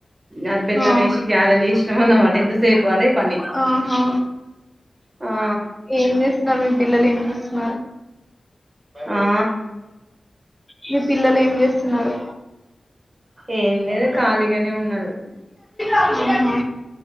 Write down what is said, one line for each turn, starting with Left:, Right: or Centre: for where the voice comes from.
Right: అ బెల్లమేసి
Centre: ఆ
Right: గ్యారెలు చేసినాం అన్నమాట ఎంతసేపు అదే పని
Centre: ఆహా
Right: ఆ
Centre: ఏం చేస్తున్నారు మీ పిల్లలు ఏం చేస్తున్నారు
Right: ఆ
Centre: మీ పిల్లలు ఏం చేస్తున్నారు
Right: ఏం లేదు ఖాళీగానే ఉన్నారు
Centre: ఆహా